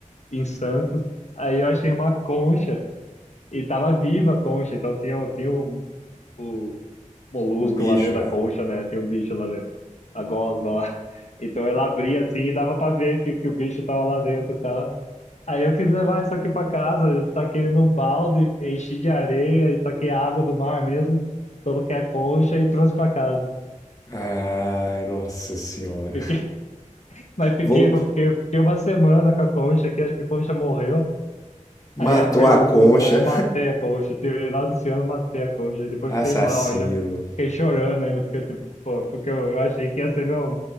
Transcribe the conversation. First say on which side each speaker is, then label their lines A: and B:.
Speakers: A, on the left (about 60°); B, on the left (about 25°).
A: em Santos, aí eu achei uma concha, e tava viva a concha, então tinha, tinha um o molusco
B: O bicho
A: lá dentro
B: lá.
A: da concha, né? Tem um bicho lá dentro. A gosma lá. <laughs> Então ela abria assim e dava pra ver que, que o bicho tava lá dentro e tal. Aí eu quis levar isso aqui pra casa, eu taquei ele num balde, enchi de areia e taquei água do mar mesmo, coloquei a concha e trouxe pra casa.
B: Ai, nossa senhora.
A: Fiquei, <laughs> mas fiquei,
B: Vou...
A: pô, fiquei, fiquei uma semana com a concha aqui, acho que a concha morreu.
B: Matou
A: Aí abriu
B: a concha,
A: tudo, aí matei a coxa, tirei lá do ciano, matei a coxa, aí depois fiquei
B: assassino.
A: mal, ainda fiquei chorando ainda, porque, tipo, pô, porque eu, eu achei que ia ser meu,